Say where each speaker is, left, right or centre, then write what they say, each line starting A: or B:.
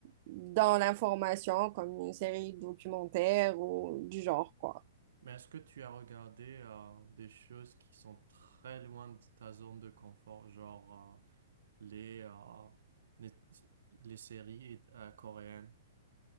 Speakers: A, on the right (about 45°); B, on the right (about 65°).
A: dans l'information, comme une série documentaire ou du genre, quoi.
B: Mais est-ce que tu as regardé euh, des choses qui sont très loin de ta zone de confort, genre... euh, les, euh, les, les séries euh, coréennes.